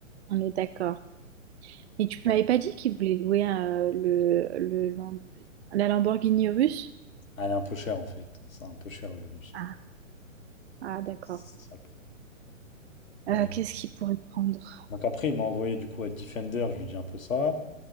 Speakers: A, on the right; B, on the left.
A: On est d'accord. Et tu
B: Bon.
A: m'avais pas dit qu'il voulait louer euh, le, le Lam- la Lamborghini russe?
B: Elle est un peu chère en fait. C'est un peu cher le russe.
A: Ah, ah, d'accord.
B: C'est ça le problème.
A: Euh, qu'est-ce
B: Euh,
A: qu'il pourrait prendre?
B: donc après, il m'a envoyé du coup à Defender, je lui dis un peu ça.